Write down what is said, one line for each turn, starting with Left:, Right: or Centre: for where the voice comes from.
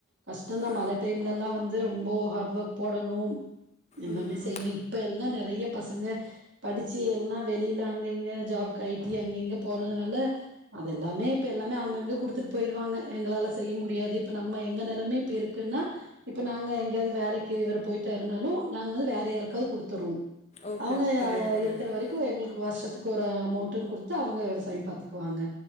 Right: கஷ்ட தா
Left: ஆ
Right: மல டைம்ல லா வந்து ரொம்போ ஹாட் ஒர்க் போடணு எல்லாமே
Left: ம்
Right: செய்னு இப்ப எல்லா நெறைய எ பசங்க படிச்சு எல்லா வெளில அங்க இங்க ஜாப்கு ஐ டி அங்க இங்க போரதுனால அதெல்லாமே இப்ப எல்லாமே அங்கங்க குடுத்துட் போயிருவாங்க எங்களால செய்ய முடியாது இப்ப நம்ம எ எ நெலைம்யே இப்டி இருக்குன்னா இப்ப நாங்க எங்கேயாவ்து வேலைக்கு விரு போயிட்டார் நாலு நாங்க வந்து வேற யார்க்காவ் குடுத்துருவு
Left: ஓகே
Right: அவுங்க
Left: ஓகே புரியுது
Right: அ
Left: புரியுது
Right: இருக்கற வரைக்கு எங்களுக்கு <unintelligible> அதுக்கு ஒரு அமௌண்ட்ன்னு குடுத்து அவங்க விவசாயம் பாத்துக்குவாங்க